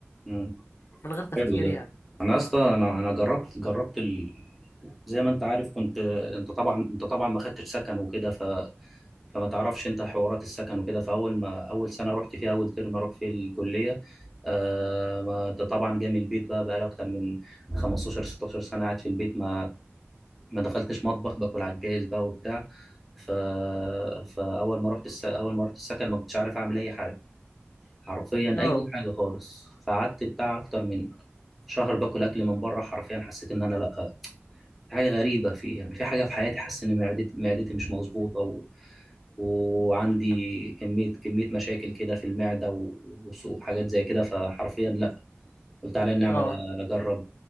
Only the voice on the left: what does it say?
من غير تفكير
يعني
اه
اه